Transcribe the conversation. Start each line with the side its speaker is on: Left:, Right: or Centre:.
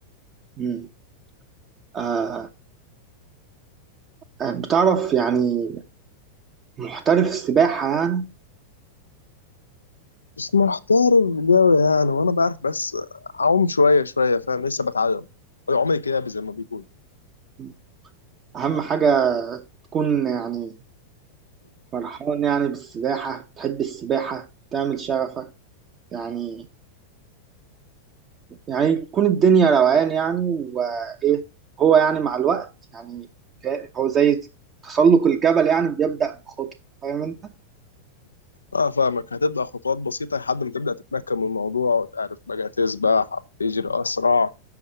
Right: مم. آه آه، بتعرف يعني محترف السباحة يعني
Left: بس محترف جوي يعني وانا بعرف بس اعوم شويه شويه فاهم لسه بتعلم عمري كده زي ما بيقول
Right: مم. أهم حاجة تكون يعني فرحان يعني بالسباحة بتحب السباحة تعمل شغفك يعني يعني تكون الدنيا روقان يعني وإيه هو يعني مع الوقت يعني ك- هو زي تسلق الجبل يعني بيبدأ بخطوة فاهم أنت؟
Left: اه فاهمك هتبدا خطوات بسيطه لحد ما تبدا تتمكن من الموضوع وتعرف بقى تسبح أو تجري اسرع